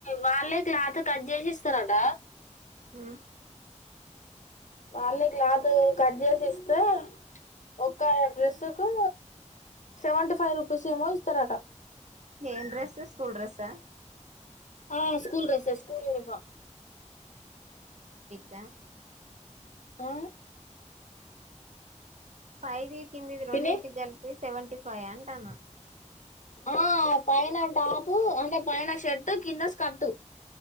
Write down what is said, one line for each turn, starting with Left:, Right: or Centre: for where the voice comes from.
Left: వాళ్ళే క్లోత్ కట్ జేసి స్తరంట
Right: ఉమ్
Left: వల్లే క్లోత్ కట్ చేసి చేస్తే ఒక్క డ్రెస్సు కు సెవెంటీ ఫైవ్ రూపీస్ ఏమో ఇస్తారట
Right: ఏమ్ డ్రెస్సెస్ స్కూల్ డ్రెస్స
Left: ఆ స్ స్కూల్ డ్రెస్సెస్ స్కూల్ యూనిఫార్మ్
Right: దా
Left: ఆ
Right: పైది కిందిది రెండింటికి
Left: పిన్ని
Right: కలిపి సెవెంటీ ఫైవ్ యా అంటాన్న
Left: ఆ పైన టాపు అంటే పైన షర్ట్ కింద స్కర్ట్